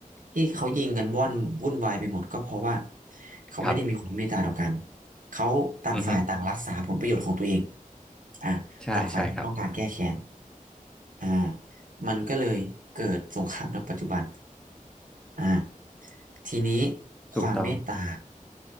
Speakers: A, on the right; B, in the centre.
A: ที่เขายิงกันว่อนวุ่นวายไปหมดก็เพราะว่าเขาไม่ได้มีความเมตตาต่อกัน
B: ครับ
A: เขาต่างฝ่ายต่างรักษาผลประโยชน์ของตัวเอง
B: อือฮึ
A: อ่าต่างฝ่ายต่างต้องการแก้แค้น
B: ใช่ใช่ครับ
A: อ่ามันก็เลยเกิดสงครามในปัจจุบันอ่าทีนี้
B: ถูกต้อง
A: ความเมตตา